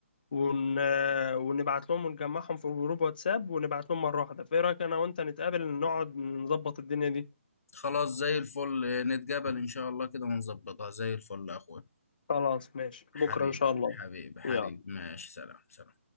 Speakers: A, on the left (about 40°); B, on the left (about 85°).
A: ون... ونبعت لهم ونجمعهم في جروب واتساب ونبعت لهم مرة واحدة فإيه رأيك أنا وأنت نتقابل نقعد نظبط الدنيا دي
B: خلاص زي الفل آه، نتقابل إن شاء الله كده ونظبطها زي الفل يا أخويا
A: خلاص ماشي
B: حبيبي
A: بكرة إن شاء الله
B: حبيبي حبيبي
A: يلا
B: ماشي سلام سلام